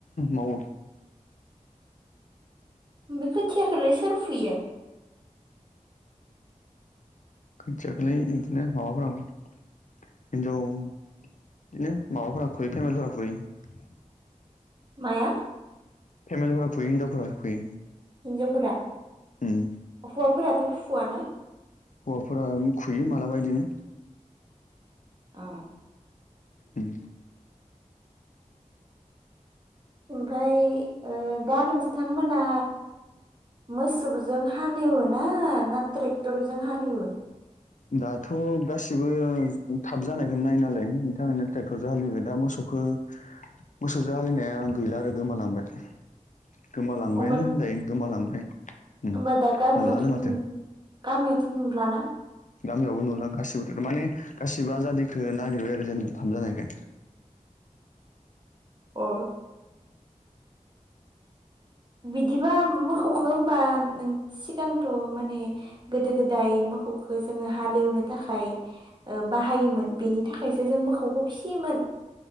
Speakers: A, on the left; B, on the right.
A: मावो।
B: ओमफाय खोथियाखौलै सोर फुयो?
A: खोथियााखोलाय इदिनो माबाफोराबो हिनजाव बिदिनो माबाफोरा फुयो फेमेल फोरा फुयो।
B: माया?
A: फेमेलफोरा फुयो हिनजावफोरा फुयो।
B: हिनजावफोरा?
A: उम
B: हौवाफोराथ' फुुवाना?
A: हौवाफोरा खुयो मालाबा इदिनो
B: अ
A: उम
B: ओमफाय ओ दा नोंस्थांमोना मोसौजों हालएवो ना ना ट्रेक्टरजों हालएवो?
A: दाथ' गासिबो थाब जानायखौनो नायो नालाय बिनि थाखायनो ट्रेक्टर जों हालएवो दा मोसौ खौ मोसौजों हालिवनाया गैला आरो गोमालांबाय। गोमालांबायानो
B: होमबा
A: होनजायो गोमालांबाय ओम
B: होमबा दा गामियावथ'
A: नुलानो माथो।
B: नु गामियावथ' नुलाना
A: गामियावबो नुला गासिबोथ' माने गासिबो आजादिखो नागिरबाय आरो जेनेबा थाब जानायखो।
B: अ बिदिबा मोखौखो होमबा नों सिगांथ' माने गोदो गोदाय मोखौखो जोङो हालएवनो थाखाय ओ बाहायोमोन बेनि थाखायसो जों मोखौखो फिसियोमोन।